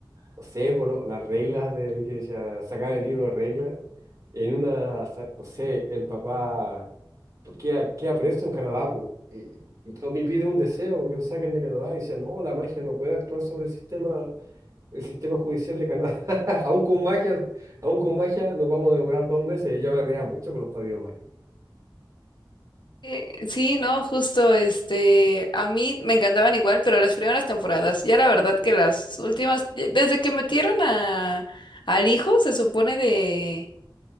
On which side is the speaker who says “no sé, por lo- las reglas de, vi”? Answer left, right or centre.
Right